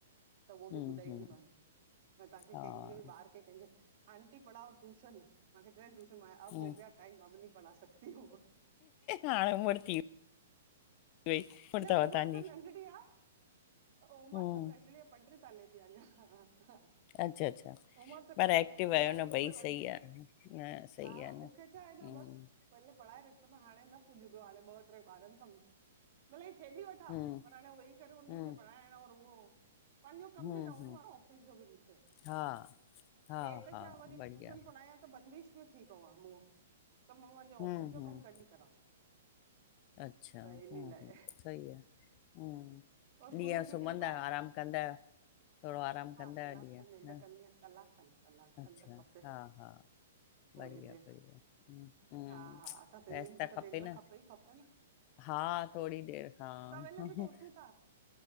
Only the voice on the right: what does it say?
त उओ
बि ॿुधाईंदीमानि
पर तांखे
कंहिंखे बि ॿार खे कंहिंखे आंटी पढ़ाओ ट्यूशन, मांखे च‌एन ट्यूशन मां अब
हो गया टाइम अब नी पढ़ा सघ इहो
न
उमिर
त नढड़ी आ उमर
त नढणी आ पंटरी साले जी अया अञा
उमिरि त
ॾाढी
न
उमिरि एॾी
कोई
वॾी
नाए,
हा
मुखे छा आए न
बसि भले पढ़ाए रखियो न हाणे न पुॼंदो हाणे ॿ टे ॿारनि साम्हूं भले खेॾी वठां
पर हाणे वेई करे उननि
खे पढ़ाइण और उओ पांजो कम
बि रहंदो
आए ऑफ़िस जो बि मुखे
हे त
छा वरी
टूशन पढ़ाया त बंदिश थी पवा उव, त मां पांजे ऑफ़िस
जो
कमु कॾहिं करां
त इनीलाए
और
गुरू
जी
कृपा आए
हा
कलाक
खनि
निंढ
कंदी आया कलाक खनि कलाक
खनि त खपे
थोरी
देरि
हा हा असां सिंधियुनि
खे त निंड्र
खपे ई खपे न।
सवेल
बि त उथूं था